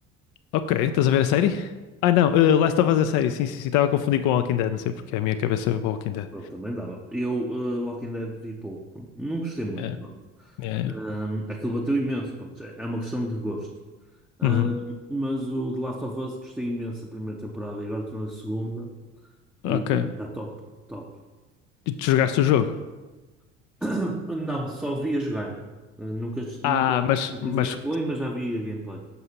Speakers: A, on the left (about 55°); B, in the centre.
A: Ok, estás a ver a série? Ah não, uh, Last of Us a série, sim, sim, sim, estava a confundir com Walking Dead, não sei porque a minha cabeça foi para Walking Dead.
B: Pronto, também dava. Eu, eh, Walking Dead, vi pouco. Não gostei muito,
A: Yeah,
B: pronto.
A: yeah.
B: Ahm, aquilo bateu imenso, pronto. É é uma questão de gosto. Ahm,
A: Uhum.
B: mas o The Last of Us gostei imenso da primeira temporada e agora estou na segunda
A: Ok.
B: e está top, top.
A: E tu jogaste o jogo?
B: <coughs> <clears throat> Não, só vi a jogar. Eh, nunca, nunca,
A: Ah, mas,
B: nunca
A: mas,
B: fiz a gameplay, mas já vi a gameplay.